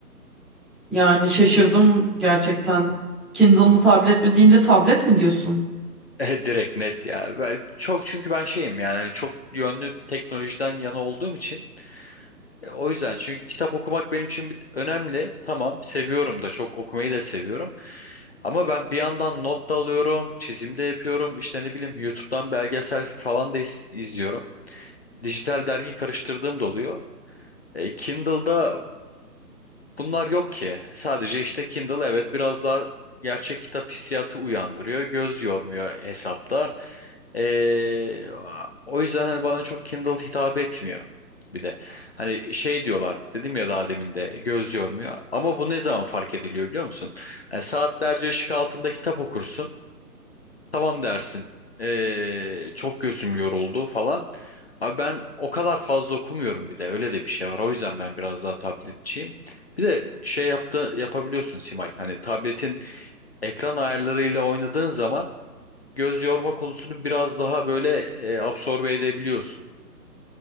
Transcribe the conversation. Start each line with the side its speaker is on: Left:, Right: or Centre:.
Centre: Yani şaşırdım gerçekten. Kindle mı tablet mi deyince tablet mi diyorsun?
Left: <laughs> E, direkt net ya. Ben çok çünkü ben şeyim yani hani çok yönlü teknolojiden yana olduğum için E, O yüzden çünkü kitap okumak benim için bir, önemli. Tamam, seviyorum da çok okumayı da seviyorum. Ama ben bir yandan not da alıyorum, çizim de yapıyorum. işte ne bileyim YouTube'dan belgesel falan da iz- izliyorum. Dijital dergi karıştırdığım da oluyor. E, Kindle'da Bunlar yok ki. Sadece işte Kindle evet biraz daha gerçek kitap hissiyatı uyandırıyor. Göz yormuyor hesapta. Ee, o yüzden hani bana çok Kindle hitap etmiyor. Bir de hani şey diyorlar dedim ya daha demin de göz yormuyor. Ama bu ne zaman fark ediliyor biliyor musun? Hani saatlerce ışık altında kitap okursun. Tamam dersin. Ee, çok gözüm yoruldu falan. Abi ben o kadar fazla okumuyorum bir de. Öyle de bir şey var. O yüzden ben biraz daha tabletçiyim. Bir de şey yaptı yapabiliyorsun Simay. Hani tabletin ekran ayarlarıyla oynadığın zaman göz yorma konusunu biraz daha böyle e, absorbe edebiliyorsun.